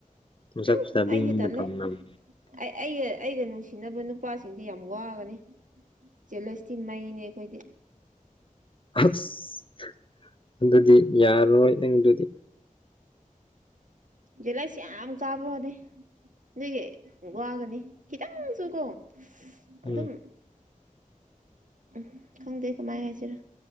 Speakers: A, on the left; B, on the right.
A: ꯃꯁꯛ
B: ꯎꯝ
A: ꯐꯖꯕꯤ
B: ꯑꯩꯗꯤ
A: ꯃꯤꯅ
B: ꯇꯜꯂꯦ
A: ꯄꯥꯝꯅꯕ
B: ꯑꯩ ꯑꯩꯒ ꯑꯩꯒ ꯅꯨꯡꯁꯤꯅꯕ ꯅꯨꯄꯥꯁꯤꯡꯗꯤ ꯌꯥꯝ ꯋꯥꯒꯅꯤ ꯖꯦꯂꯁꯇꯤ ꯃꯩꯅꯦ ꯑꯩꯈꯣꯏꯗꯤ
A: ꯑꯁ ꯑꯗꯨꯗꯤ ꯌꯥꯔꯔꯣꯏ ꯅꯪꯗꯨꯗꯤ
B: ꯖꯦꯂꯁ ꯌꯥꯝ ꯀꯥꯕꯣꯗꯦ ꯑꯗꯨꯒꯤ ꯋꯥꯒꯅꯤ ꯈꯤꯇꯪꯁꯨꯀꯣ
A: ꯎꯝ
B: ꯑꯗꯨꯝ ꯎꯝ ꯈꯪꯗꯦ ꯀꯃꯥꯏ ꯍꯥꯏꯁꯤꯔ